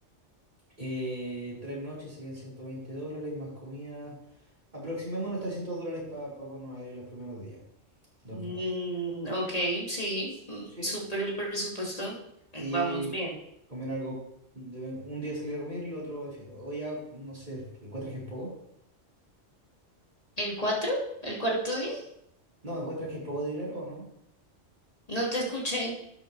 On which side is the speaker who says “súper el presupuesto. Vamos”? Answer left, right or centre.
Left